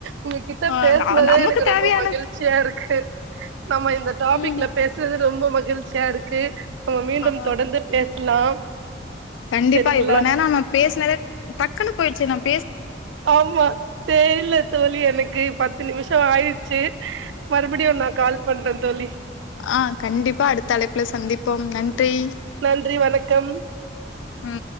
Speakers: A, on the right (about 75°); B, on the left (about 85°).
A: உங்க கிட்ட
B: ஆ
A: பேசுனதே
B: நமக்கு
A: எனக்கு
B: தேவையான
A: ரொம்ப மகிழ்ச்சியா இருக்கு நம்ம இந்த டாபிக்ல
B: ம்
A: பேஸ்னது ரொம்ப மகிழ்ச்சியா இருக்கு மீண்டும்
B: ஆ
A: தொடர்ந்து பேசலாம்
B: கண்டிப்பா
A: சரிங்களா
B: இவ்ளே நேரோ நம்ம பேசினதே டக்குன்னு போயிடுச்சு நம்
A: ஆம்மா தெரியல தோழி எனக்கு பத்து நிமிஷம் ஆயிடுச்சி மறுபடியும் நா கால் பண்றே தோழி
B: ஆஹ் கண்டிப்பா அடுத்த அழைப்புல சந்திப்போம் நன்றி
A: நன்றி வணக்கம்
B: ம்